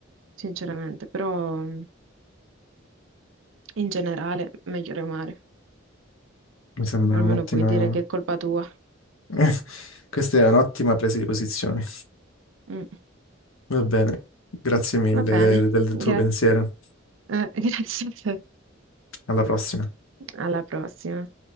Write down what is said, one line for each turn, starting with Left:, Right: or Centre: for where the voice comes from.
Right: sinceramente, però... In generale, meglio remare,
Left: Mi sembra
Right: almeno
Left: un'ottima...
Right: puoi dire che è colpa tua.
Left: <laughs> Questa è un'ottima presa di posizione.
Right: Mm.
Left: Va bene, grazie mille
Right: Va bene,
Left: de- del
Right: Gra-
Left: tuo pensiero.
Right: eh, <laughs> grazie a te.
Left: Alla prossima.
Right: Alla prossima.